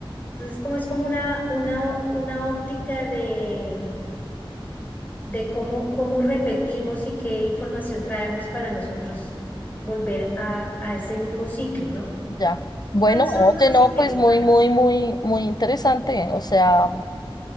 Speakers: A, on the left; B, on the left.
A: Entonces, como es como una, una, ó- una óptica de, de cómo, cómo repetimos y qué información traemos para nosotros volver a, a ese mismo ciclo, ¿no?
B: ya. Bueno,
A: Entonces,
B: oye,
A: Son cosas
B: no,
A: interesantes.
B: pues muy, muy, muy, muy interesante. O sea,